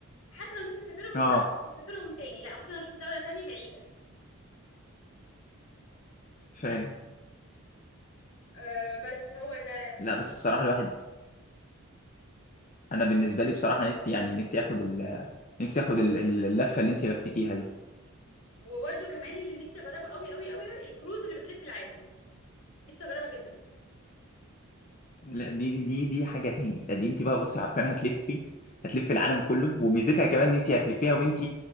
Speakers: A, on the left (about 65°); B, on the left (about 35°).
A: حتى لو نفسي أسافرهم مش
B: اه
A: ه- هسافرهم تاني لا ممكن أشوف دولة تانية بعيدة
B: فاهم
A: آه، بس هو ده
B: لا بس بصراحه الواحد انا بالنسبه لي بصراحه نفسي يعني نفسي اخد ال... نفسي اخد ال- ال- اللفه اللي انت لفيتيها دي
A: وبرده كمان اللي نفسي اجربه قوي قوي قوي الكروز اللي بتلف العالم نفسي اجربها جدا
B: لا دي دي دي دي حاجة تاني ده دي انت بقى بصي عارفين هتلفي هتلفي العالم كله وميزتها كمان ان انت هتلفيها وانت